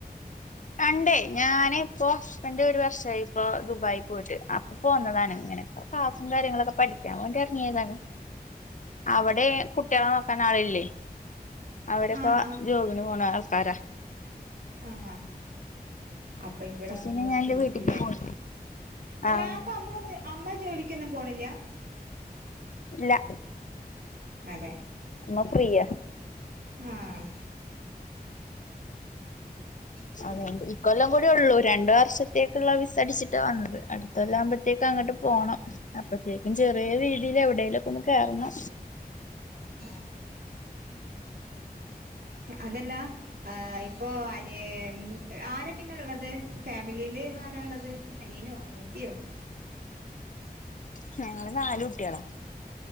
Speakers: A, on the left; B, on the right.
A: കണ്ടേ ഞാന് ഇപ്പോ ഹസ്ബൻഡ് ഒരു വർഷമായി ഇപ്പൊ ദുബായി പോയിട്ട് അപ്പൊ പോന്നതാണ് ഇങ്ങനെ അെക്ാസും കാര്യങ്ങളൊക്കെ പഠിക്കാൻ വേണ്ടി അറിയതാണ്
B: ഉ
A: അവിടെ കുട്ടികളെ നോക്കാൻ ആളില്ലേ അവരൊക്കെ
B: ആഹ്
A: ജോബിന് പോണ ആൾക്കാരാ
B: ആഹ അപ്പൊ ഇവിടെ വന്നക്കായിരിക്കല്ലേ
A: പിന്നെ ഞാൻ എന്റെ വീട്ടിക്ക് പോയി
B: അല്ല
A: ആഹ്
B: അപ്പൊ അമ്മ ഒ അമ്മ ജോലിക്കൊന്നും പോണില്ല
A: ഇല്ല
B: അതെ
A: നക്കരിയാ
B: ആഹ പിന്നെ
A: അതെയണ്ട് ഇക്ക കൊല്ലം കൂടി ഉള്ളൂ രണ്ട വർഷത്തേക്കുള്ള വിസ് അടിച്ചിട്ടാണ് വന്നത് അടുത്തൊല്ല ആുമ അത്തേക്ക അങ്ങോട്ട് പോകണം അപ്പഴത്തേക്കും ചെറിയ രീതിൽ എവിടേലുംൊക്കെ ഒന്ന് കേയറണം
B: ആഹ അതല്ലഹ ഇപ്പോൊ അന ഉം ആരാ പിന്നെള്ളത് ഫാമിലിയില് ആരാള്ളത് അനിയനോ അനേത്തിയോ അ
A: ഞങ്ങള് നാല കുട്ടിയളാ